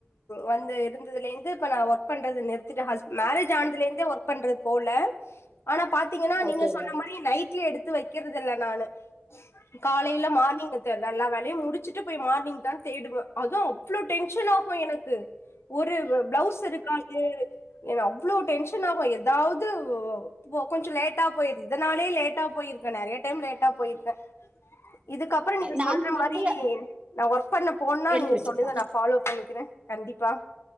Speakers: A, on the left; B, on the right.
A: வந்து இருந்ததுலேந்து இப்ப நா ஒர்க் பண்றது நிறுத்திட ஹஸ் மரேஜ் ஆனதிலந்தே ஒர்க் பண்றது போல ஆனா பாத் தீங்கனா
B: ஓகேங்க
A: நீங்க சொன்ன மாரி நைட்ல எடுத்து வைக்கிறது இல்ல நானு காலைல மார்னிங் த நா எல்லா வேலையு முடிச்சுட்டு போய் மார்னிங் தா தேடுவ அது அவ்ளோ டென்ஷன் ஆகு எனக்கு ஒரு ப்ளவுஸ் இருக்காது அவ்ளோ டென்ஷன் ஆகு ஏதாவது போ கொஞ்சோ லேட்டா போயிரு இதனாலே லேட்டா போயிருக்க நெறைய டைம் லேட்டா போயிருக்க இதுக்கப்றோ நீங்க
B: நாங்க
A: சொல்ற
B: வந்து
A: மாரி நா ஒர்க் பண்ண போன்னா
B: எடுத்து
A: நீங்க
B: வச்சிருந்தோம்
A: சொல்லிதா நா ஃபாலோ பண்ணிக்கிற கண்டிப்பா